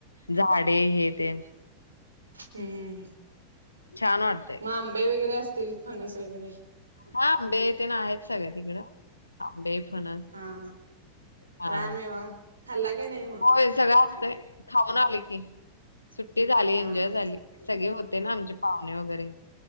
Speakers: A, on the left; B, on the right.
A: झाडे हे ते
B: हम
A: छान वाटतय.
B: म आंबे वेगरे असतील. फनस वैगरे,
A: हा आंबे तेन आहेत सगळे तिकडं आंबे फ फणस,
B: हा हा
A: हा
B: रानमेवा खाल्ला की नाही मग
A: होय सगळं असतंय. खाऊन आले की. सुट्टी झाली
B: हा
A: एन्जॉय
B: हा
A: झाली. सगळे होते ना आमचे पाहुणे वगरे